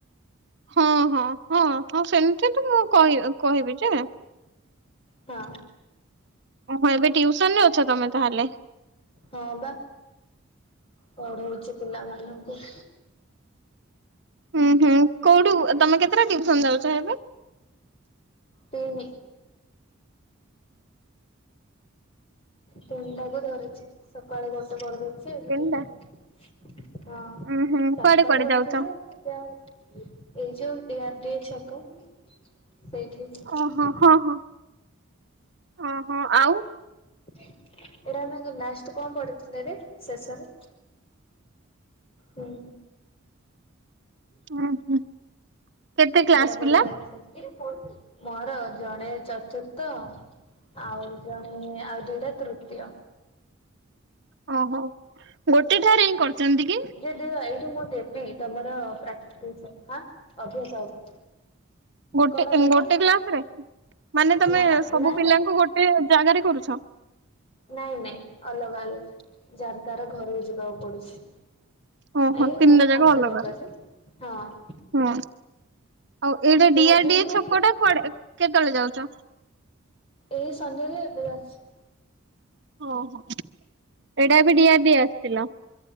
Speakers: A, on the right; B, on the left.
A: ହଁ- ହଁ- ହଁ -ହଁ ସେମିତି ତ ମୁଁ କହି କହିବି ଯେ
B: ହଁ।
A: ଓ ହୋ ଏବେ ଟ୍ୟୁସନ ରେ ଅଛ ତମେ ତାହେଲେ?
B: ହଁ ବା ପଢଉଛି ପିଲାମାନଙ୍କୁ।
A: ହୁଁ- ହୁଁ କୋଉଠୁ ତମେ କେତେଟା ଟିଉସନ ଯାଉଛ ଏବେ?
B: ତିନି। ତିନିଟାକୁ ଧରିଛି। ସକାଳେ ଗୋଟେ କରିଦଉଛି, ଏବେ
A: ତିନିଟା
B: ଦିଟା। ହଁ
A: ଉଁ ହୁଁ
B: ଚାରିଟା
A: କୁଆଡେ କୁଆଡେ
B: କରୁଥିଲି,
A: ଯାଉଛ?
B: ଏବେ ଆଉ ଏଇ ଯୋଉ ଡି ଆର ଡି ଛକ ସେଇଠି। ଏଇଟା
A: ଓ ହୋ ହଁ- ହଁ- ହଁ- ହଁ ଆଉ
B: ଏଇଟା ଆମେ ଲାଷ୍ଟ କଣ ପଡିଥିଲେରେ ଶେଷରେ? ହୁଁ।
A: ହୁଁ- ହୁଁ। କେତେ କ୍ଲାସ
B: ଏଇଟା ପଢିବାନି
A: ପିଲା?
B: ସବୁ, ମୋର ଜଣେ ଚତୁର୍ଥ ଆଉ ଜଣେ ଆଉ ଦିଟା ତୃତୀୟ।
A: ଓ ହୋ ଗୋଟେ ଠାରେ ହିଁ କରିଛନ୍ତି କି?
B: ଯଦି ଏଇଠୁ ମୁଁ ଦେବି ତମର ପ୍ରାଟିସ୍ ହବ ଅଭ୍ୟାସ ହବ।
A: ଗୋଟେ
B: କଣ କହିଲ
A: ଗୋଟେ କ୍ଲାସ୍ ରେ? ମାନେ ତମେ
B: ନା
A: ସବୁ
B: ନାଇଁ
A: ପିଲାଙ୍କୁ
B: ନାଇଁ
A: ଗୋଟେ ଜାଗାରେ କରୁଛ?
B: ନାଇଁ ନାଇଁ ଅଲଗା ଅଲଗା, ଜାଗାର ଘରକୁ ଯିବାକୁ ପଡୁଛି।
A: ଓ ହୋ
B: ଏଇ
A: ତିନିଟା
B: ଘର
A: ଜାଗା
B: ପାଖ
A: ଅଲଗା।
B: ଯାକ ଯେ ହଁ
A: ହଁ ଆଉ ଏଇଟା
B: ସେଇଆ
A: ଡି ଆର
B: ବିନି
A: ଡିଏ
B: ଏଇ
A: ଛକଟା, କୁଆଡେ କେତେବେଳେ ଯାଉଛ?
B: ଏଇ ସନ୍ଧ୍ୟାରେ ଏବେ ଅଛି।
A: ଓ ହୋ ଏଇଟା ବି ଡିଏ ଆର ଡି ଆସିଥିଲ?